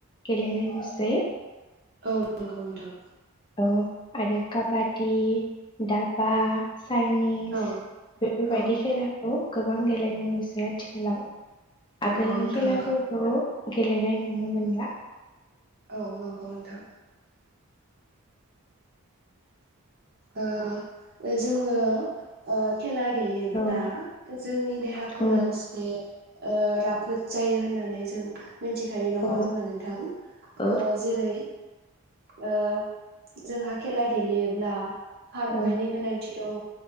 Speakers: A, on the left; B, on the right.
A: गेलेनाय नुसै।
B: औ नंगौ नोंथां।
A: औ आरो काबाद दि दात बा चाइनिस
B: औ
A: बेफोरबायदि
B: औ
A: खेलाखौ गोबां गेलेनाय नुसै आथिखालाव। आगोलनि
B: नंगौ नोंथां
A: खेलाफोरखौ
B: नंगौ
A: गेलेनाय नुनो मोनला।
B: औ नंगौ नोंथां। ओ जोङो ओ खेला गेलेयोब्ला
A: औ
B: जोंनि देहाफोरा
A: औ
B: एसे ओ राफोद जायो होननानै जों मिनथिखायो
A: औ
B: नङा होमब्ला नोंथां ओ
A: औ
B: जेरै ओ जोंहा खेला गेलेयोब्ला‌ खारनायनि
A: औ
B: गोनांथि दङ।